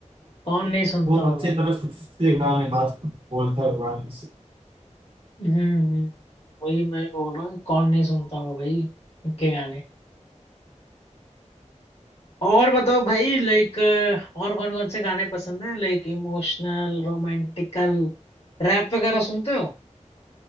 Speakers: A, on the left; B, on the right.
A: कौन नहीं सुनता
B: वो
A: होगा
B: अच्छी तरह से गाने बात बोलता हुआ है गाने से
A: हम्म हम्म, वही मैं भी बोल रहा हूँ कि कौन नहीं सुनता होगा भाई इनके गाने और बताओ भाई लाइक और कौन कौन से गाने पसंद है लाइक इमोशनल रोमांटिकल रैप वगैरह सुनते हो